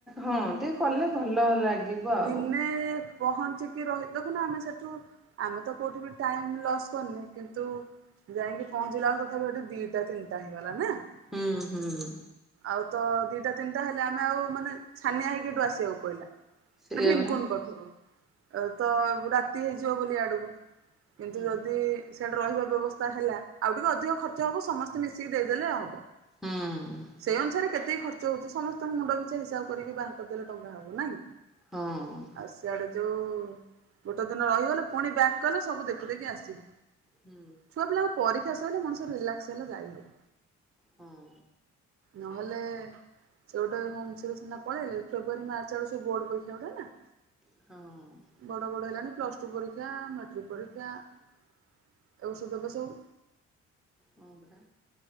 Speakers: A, in the centre; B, on the right (about 45°).
A: ହଁ ଟିକେ କଲେ ଭଲ ଲାଗିବ ଆଉ।
B: ଦିନେ ପହଞ୍ଚିକି ରହି ଦେଖୁନ ଆମେ ସେଠୁ, ଆମେ ତ କୋଉଠି ବି ଟାଇମ ଲସ୍ କରିନେ କିନ୍ତୁ ଯାଇଁକି ପହଞ୍ଚିଲାଳୁ ତଥାପି ଏଠୁ ଦିଟା ତିନଟା ହେଇଗଲା ନାଁ?
A: ହୁଁ ହୁଁ।
B: ଆଉ ତ ଦିଟା ତିନଟା ହେଲେ, ଆମେ ଆଉ ମାନେ ଛାନିଆ ହେଇକି ହେଠୁ ଆସିବାକୁ ପଇଲା।
A: ସେଇଆ
B: ମାନେ ଭୀମକୁଣ୍ଡ
A: ପରା
B: ପାଖୁକୁ। ତ ରାତି ହେଇଯିବ ବୋଲି ଇଆଡକୁ। କିନ୍ତୁ
A: ହୁଁ
B: ଯଦି ସିଆଡେ ରହିବା ବ୍ୟବସ୍ଥା ହେଲା ଆଉ ଟିକେ ଅଧିକ ଖର୍ଚ୍ଚ ହବ ସମସ୍ତେ ମିଶିକି ଦେଇଦେଲେ ହବ।
A: ହୁଁ।
B: ସେଇ ଅନୁସାରେ କେତିକି ଖର୍ଚ୍ଚ ହଉଛି ସମସ୍ତଙ୍କୁ ମୁଣ୍ଡ ପିଛା ହିସାବ କରିକି ବାହାର କରିଦେଲେ ଟଙ୍କା ହବ ନାଇଁ?
A: ହଁ।
B: ଆଉ ସିଆଡେ ଯୋଉ ଗୋଟେ ଦିନ ରହିଗଲେ ପୁଣି ବ୍ୟାକ୍ କଲେ ସବୁ ଦେଖି ଦେଇକି ଆସିବ।
A: ହୁଁ
B: ଛୁଆ ପିଲାଙ୍କ ପରୀକ୍ଷା ସଇଲେ ମଣିଷ ରିଲାକ୍ସ ହେଲେ ଯାଇ ହବ।
A: ହଁ।
B: ନହେଲେ ସେ ଗୋଟେ ହୁମ୍ସ ରେ ସିନା ପଳେଇଲେ। ଫ୍ରେବୃୟାରି, ମାର୍ଚ୍ଚ ଆଡ଼କୁ ସବୁ ବୋର୍ଡ ପରିକ୍ଷାଗୁଡା ନା?
A: ହଁ।
B: ବଡ ବଡ ହେଲାଣିି। ପ୍ଲସ୍ ଟୁ ପରୀକ୍ଷା, ମେଟ୍ରିକ ପରୀକ୍ଷା ଏ ବର୍ଷ ଦେବେ ସବୁ।
A: ହଁ ପରା।